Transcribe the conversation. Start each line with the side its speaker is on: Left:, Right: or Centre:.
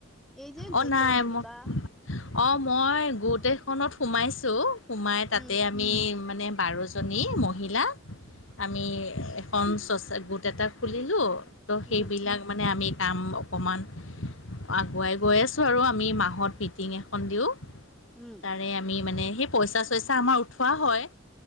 Centre: এই যে
Left: অ
Centre: গোটৰ
Left: নাই
Centre: কিবা
Left: মই অ', মই গোট এখনত সোমাইছো সোমাই তাতে
Centre: উম
Left: আমি মানে বাৰ জনী মহিলাক, আমি এখন চচা গোট এটা খুলিলোঁ ত' সেইবিলাক
Centre: উম
Left: মানে আমি কাম। - অকণমান, আগুৱাই গৈ আছোঁ আৰু আমি মাহত মিটিং এখন দিওঁ।
Centre: উম,
Left: তাৰে, আমি মানে সেই পইচা চইচা আমাৰ উঠোৱা হয়।